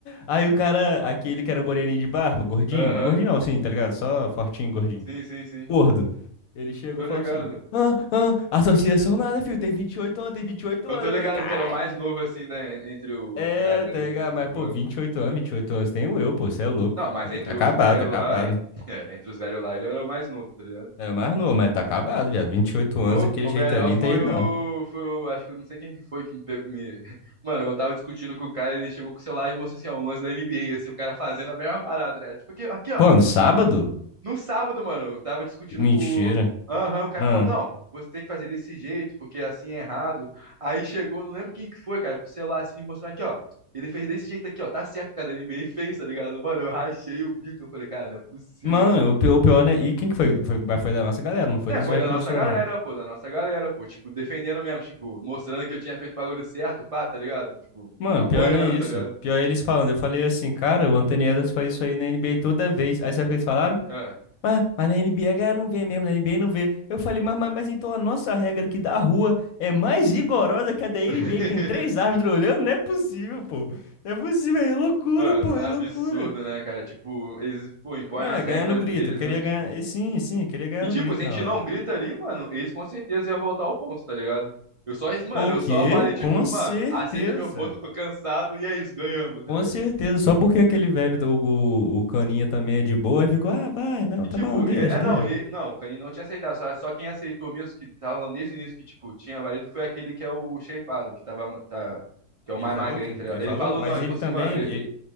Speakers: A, on the left; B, on the right.
A: Aí o cara, aquele que era um moreninho de barba, gordinho,
B: Aham.
A: gordinho não, assim, tá ligado? Só fortinho, gordinho,
B: Sim, sim, sim.
A: gordo. Ele chegou
B: Tô
A: e
B: ligado.
A: falou assim, ah, ah, associação nada, filho, tem 28 anos, tem 28
B: Eu
A: anos.
B: tô
A: Eu
B: ligado
A: falei, caralho.
B: que era o mais novo, assim, da, entre o,
A: É,
B: a galera
A: tá ligado?
B: dos coroa,
A: Mas, pô, 28
B: né?
A: anos, 28 anos, tem o eu, pô, você é louco.
B: Não, mas
A: Ele
B: entre
A: tá acabado,
B: os velhos
A: tá acabado.
B: lá, é, <laughs> é, entre os velhos lá, ele era o mais novo, tá ligado?
A: É mais novo, mas tá acabado, viado. 28 anos,
B: O,
A: aquele
B: o
A: jeito
B: melhor
A: ali,
B: foi
A: não tem jeito
B: o,
A: não.
B: foi o. Acho que eu não sei quem que foi que me pegou. Me... <laughs> Mano, eu tava discutindo com o cara, ele chegou com o celular e mostrou assim, ó, um lance da NBA, assim, o cara fazendo a mesma parada, né? Tipo, aqui, aqui, ó.
A: Quando? Sábado?
B: No sábado, mano, eu tava discutindo
A: Mentira.
B: com o. Aham, o cara
A: Ah.
B: falou, não, você tem que fazer desse jeito, porque assim é errado. Aí chegou, não lembro quem que foi, cara, com o celular assim, mostrando aqui, ó. Ele fez desse jeito aqui, ó. Tá certo, o cara, da NBA fez, tá ligado? Mano, eu rachei o bico, eu falei, cara, não é possível,
A: Mano, o pior, o pior, né? E quem que foi? Foi- Mas foi da nossa galera, não foi
B: É,
A: dos
B: foi
A: velhos
B: da
A: que
B: nossa
A: mostrou,
B: galera,
A: não. né?
B: pô, da nossa galera, pô, tipo, defendendo mesmo, tipo, mostrando que eu tinha feito o bagulho certo, pá, tá ligado? Tipo,
A: Mano,
B: apoiando,
A: pior não é isso.
B: tá ligado?
A: Pior é eles falando. Eu falei assim, cara, o Anthony Edwards faz isso aí na NBA toda vez. Aí sabe o que eles falaram?
B: É.
A: Mas, mas na NBA a a galera não vê mesmo, na NBA não vê. Eu falei, mas, mas, mas então a nossa regra aqui da rua é mais rigorosa que a da NBA,
B: <laughs>
A: que tem três árbitros olhando? Não é possível, pô. Não é possível, é loucura,
B: Mano,
A: pô,
B: absurdo,
A: é loucura.
B: né, cara? Tipo, eles, pô, impõem
A: Não,
B: as
A: é ganhar
B: regras
A: no grito.
B: deles,
A: Eu queria
B: né? Tipo.
A: ganhar. eh, Sim, sim, eu queria ganhar
B: E, tipo,
A: no grito
B: se a
A: na
B: gente
A: hora.
B: não grita ali, mano, eles com certeza iam voltar ao ponto, tá ligado? Eu só, mano,
A: O
B: eu
A: quê?
B: só falei, tipo,
A: Com certeza.
B: mano, aceita meu ponto, eu tô cansado, e é isso, ganhamos, tá
A: Com
B: ligado?
A: certeza. Só porque aquele velho, o, o, o caninha também é de boa e ficou, ah, vai, não,
B: E,
A: tá
B: tipo,
A: bom, deixa,
B: e- é
A: deixa.
B: não, e, não, o Canino não tinha aceitado, só, só quem aceitou mesmo, que tava falando desde o início que, tipo, tinha valido, foi aquele que é o shapeado, que tava, ma- tá, que é o
A: Ele
B: mais
A: falou
B: magrinho,
A: que?
B: tá ligado?
A: Ele
B: Ele
A: falou,
B: falou,
A: mas
B: não, ele
A: ele
B: falou assim,
A: também.
B: mano, ele,
A: ele-